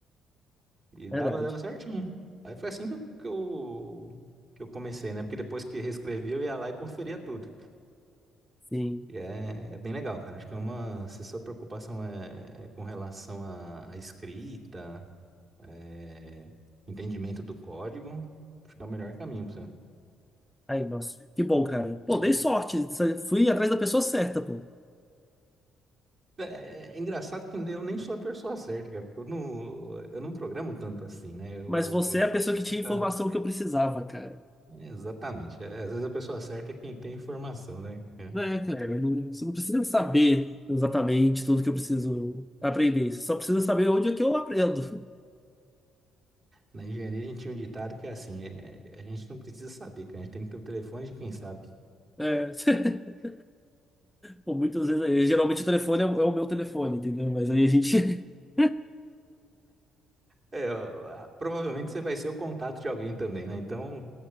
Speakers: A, on the right (about 40°); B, in the centre.
A: E
B: Verdade.
A: dava, dava certinho. Aí foi assim que eu, que eu, que eu comecei, né? Porque depois que reescrevia, eu ia lá e conferia tudo.
B: Sim.
A: E é, é bem legal, cara. Acho que é uma. Se sua preocupação é, é com relação à à escrita. é, entendimento do código, acho que é o melhor caminho pra você.
B: Aí, nossa, que bom, cara. Pô, dei sorte. Fui atrás da pessoa certa, pô.
A: É, é- é engraçado que eu nem sou a pessoa certa, cara, porque eu não, eu não programo tanto assim, né? Eu,
B: Mas você
A: eu
B: é
A: faço
B: a pessoa que tinha
A: muita.
B: a informação que eu precisava, cara.
A: é, exatamente. É, às vezes a pessoa certa é quem tem informação, né? É.
B: É, cara, eu não- você não precisa saber exatamente tudo que eu preciso aprender. Você só precisa saber onde é que eu aprendo.
A: Na engenharia a gente tinha um ditado que é assim: é, a gente não precisa saber, cara, a gente tem que ter o telefone de quem sabe.
B: É. <laughs> Pô, muitas vezes, aí, geralmente o telefone é, é o meu telefone, entendeu? Mas aí a gente. <laughs>
A: É, ó, a- provavelmente você vai ser o contato de alguém também, né? Então,